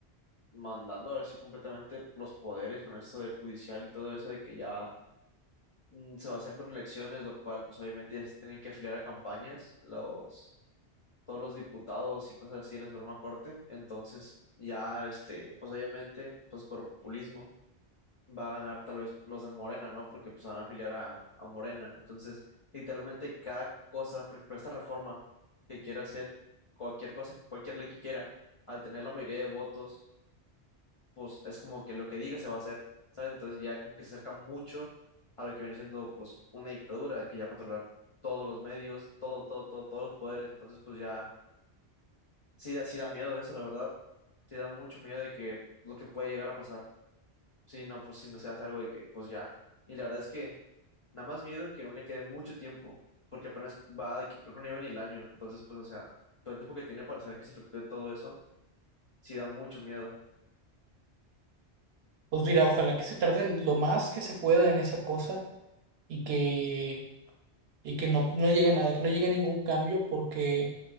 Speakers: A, on the left; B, on the right.
A: mandando ahora sí completamente los poderes con esto del judicial y todo eso de que ya mm, se va a hacer con elecciones, lo cual pues obviamente ya se tienen que afiliar a campañas los todos los diputados y cosas así de la Suprema Corte. Entonces, ya, este, pues obviamente, pues por populismo va a ganar tal vez los de Morena, ¿no? Porque pues van a afiliar a, a Morena. Entonces, literalmente cada cosa, por ejemplo, esta reforma que quiere hacer, cualquier cosa, cualquier ley que quiera, al tener la mayoría de votos, pues es como que lo que diga se va a hacer, ¿sabes? Entonces ya como que se acerca mucho a lo que viene siendo pues una dictadura que ya controlar todos los medios, todo, todo, todo, todos los poderes. Entonces, pues ya Sí da, sí da miedo eso, la verdad. Sí da mucho miedo de que lo que puede llegar a pasar. Si no, pues si no se hace algo de que, pues ya. Y la verdad es que nada más miedo que aún le quede mucho tiempo, porque apenas va de que creo que no iba ni el año. Entonces, pues, o sea, todo el tiempo que tiene para hacer que se efectúe todo eso, sí da mucho miedo.
B: Pues mira, ojalá que se tarden lo más que se pueda en esa cosa y que, y que no, no llegue a nada, que no llegue a ningún cambio, porque